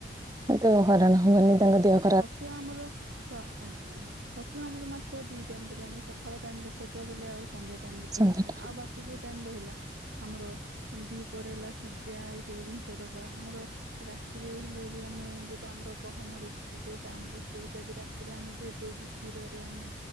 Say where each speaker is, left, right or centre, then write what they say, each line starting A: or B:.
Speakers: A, on the right; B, on the right.
A: ଏତେ ହଇରାଣ ହବାନି ତାଙ୍କ ଦେହକୁ
B: ଛତୁଆ ଆମର ଛ ଆଜ୍ଞା ଛତୁଆ ଆମର ମାତ୍ର ଦି ଟାଇମ୍ ଦେବେ ଆମର ସଖାଳ ଟାଇମ ରେ ଛତୁଆ ଦେଲେ ଆଉ ସନ୍ଧ୍ୟା ଟାଇମ୍ ରେ ଛତୁଆ
A: ସନ୍ଧ୍ୟାଟା।
B: ଦେଲେ ଆଉ ବାକି ଯୋଉ ଟାଇମ୍ ରହିଲା। ଆମର ଆମେ ଦି ପରେ ହେଲା ସିଜା ଏଇସବୁ ଜିନିଷ ଦବା ଆମର ରାତିରେ ହେଲେ ବି ଆମେ ଯୋଉଟା ଆମର ଗହମ ରୁ ରୁଟି ଯୋଉଟା ଆମର ସେଇଟା ବି ରାତିରେ ଆମେ ଭେଦେଇକି କ୍ଷୀରରେ ଆମେ